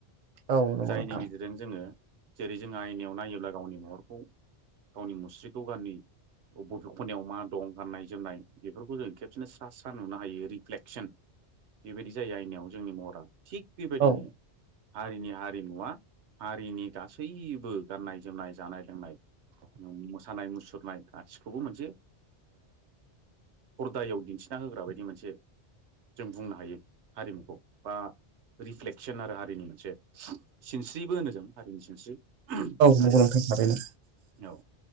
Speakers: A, on the right; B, on the right.
A: औ नंगौ
B: जायनि
A: नोंथां
B: गि ज। जों जोङो जेरै जो आयनियाव नायोब्ला गावनि महरखौ गावनि मुस्रिखौ गाननि। ब बबे खनायाव मा दं गाननाय जोमनाय बेफोरखौ जों खेबसेनो सा सा नुनो हायो रिफ्लेकसन। बेबायदि जायो आयनायाव जोंनि महरा थिग बेबायदिनो।
A: औ
B: हारिनि हारिमुवा हारिनि गासैबो गाननाय जोमनाय जानाय लोंनाय। मोसानाय मुसुरनाय गासिखौबो मोनसे। फरदायाव दिन्थिना होग्रा बायदि मोनसे जों बुंनो हायो हारिमुखौ बा। रिफ्लेकसन आरो हारिनि मोनसे सिनस्रिबो होनो जों हारिनि सिनस्रि।
A: औ
B: बे
A: नंगौ
B: हारिमुखौ
A: नोंथां थारैनो
B: औ।